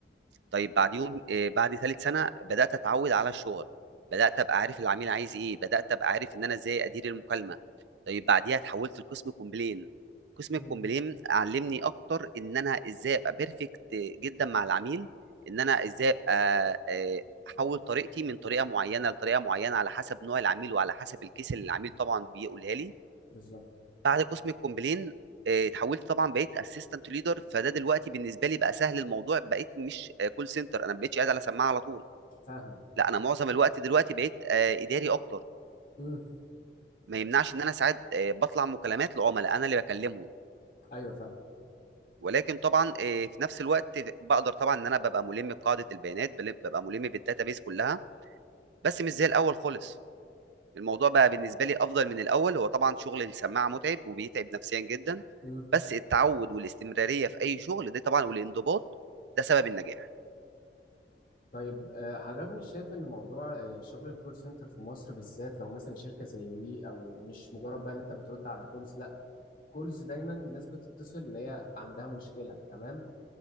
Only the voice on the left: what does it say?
امم
بالظبط
فاهمك
امم
ايوه فاهم
امم
طيب آه، حضرتك مش شايف ان موضوع آه، شغل الكول سنتر في مصر بالذات لو مثلا شركه زي وي او مش مجرد بقى ان انت بترد على كولز لا كولز دايما الناس بتتصل ان هي عندها مشكله تمام